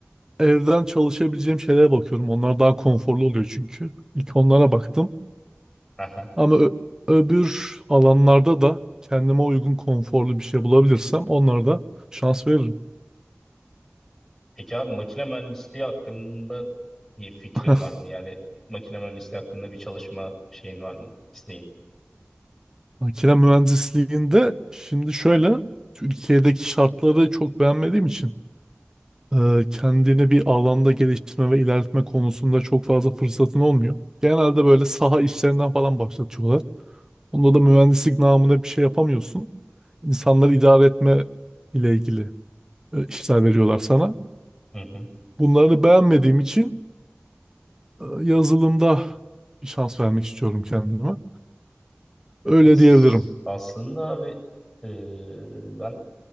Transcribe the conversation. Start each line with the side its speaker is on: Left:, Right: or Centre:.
Right: evden çalışabileceğim şeylere bakıyorum. Onlar daha konforlu oluyor çünkü. İlk onlara baktım.
Centre: <laughs>
Right: Ama ö- öbür alanlarda da kendime uygun konforlu bir şey bulabilirsem onlara da şans veririm.
Centre: Peki abi makine mühendisliği hakkında bir fikrin
Right: <laughs>
Centre: var mı? Yani makine mühendisliği hakkında bir çalışma şeyin var mı? İsteğin.
Right: Makine mühendisliğinde şimdi şöyle Türkiye'deki şartları çok beğenmediğim için e, kendini bir alanda geliştirme ve ilerletme konusunda çok fazla fırsatın olmuyor. Genelde böyle saha işlerinden falan başlatıyorlar. Onda da mühendislik namına bir şey yapamıyorsun. İnsanları idare etme ile ilgili e, işler veriyorlar sana.
Centre: Hı hı.
Right: Bunları beğenmediğim için e, yazılımda bir şans vermek istiyorum kendime. Öyle
Centre: As-
Right: diyebilirim.
Centre: aslında abi e, ben